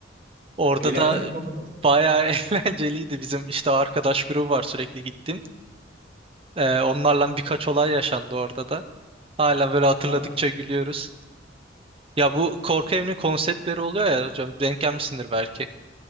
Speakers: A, on the right (about 30°); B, on the right (about 50°).
A: Orada
B: Eğlendin
A: da
B: mi o kadar?
A: bayağı <laughs> eğlenceliydi bizim işte arkadaş grubu var sürekli gittim. E, onlarla birkaç olay yaşandı orada da. Hala böyle hatırladıkça
B: Ne yaptın?
A: gülüyoruz. Ya bu korku evinin konseptleri oluyor ya hocam denk gelmişsindir belki.